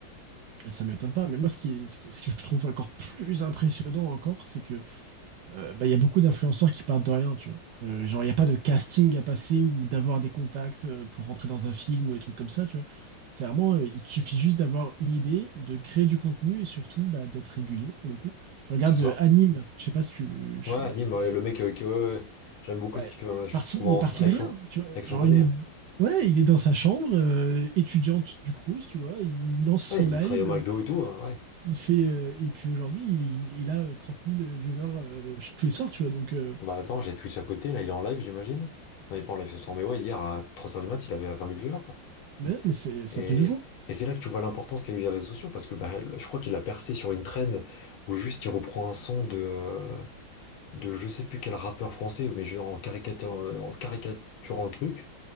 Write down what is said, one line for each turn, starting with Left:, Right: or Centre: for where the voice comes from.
Right: Ça m'étonne pas, mais moi ce, qui est- ce, qui- est, ce que je trouve encore plus impressionnant encore, c'est que euh, bah, il y a beaucoup d'influenceurs qui partent de rien, tu vois. Euh, genre il n'y a pas de casting à passer ou d'avoir des contacts euh, pour rentrer dans un film ou des trucs comme ça, tu vois. C'est vraiment, euh, il te suffit juste d'avoir une idée, de créer du contenu et surtout bah, d'être régulier pour le coup. Tu regardes
Left: c'est ça.
Right: euh, Anime, je sais pas si tu, je
Left: Ouais,
Right: sais
Left: anime,
Right: pas qui c'est
Left: ouais,
Right: Anime.
Left: le mec, euh, que, ouais, ouais. ouais. j'aime beaucoup
Right: Bah,
Left: ce qu'il
Right: il
Left: fait maintenant, je
Right: est parti,
Left: trouve
Right: il
Left: marrant,
Right: est parti
Left: ça, avec
Right: de rien,
Left: son,
Right: tu vois.
Left: avec
Right: Genre
Left: son bonnet.
Right: il est Ouais, il est dans sa chambre, euh, étudiante du Crous, tu vois, il lance son
Left: Ouais, il
Right: live,
Left: travaille au McDo
Right: euh,
Left: et tout, hein, ouais.
Right: il fait, euh, et puis aujourd'hui, il, il, il a euh, trente mille euh, viewers euh, tous les soirs, tu vois. Donc, euh,
Left: Bah attends, j'ai Twitch à côté, là, il est en live, j'imagine. Non, il est pas en live ce soir, mais ouais, hier à trois heures du mat, il avait vingt mille viewers, quoi.
Right: mais, mais c'est c'est
Left: Et,
Right: un truc de fou.
Left: et c'est là que tu vois l'importance qu'a eu les réseaux sociaux, parce que bah, le- je crois qu'il a percé sur une trend où juste il reprend un son de. euh, de je sais plus quel rappeur français, mais genre en caricaturant, en caricaturant le truc.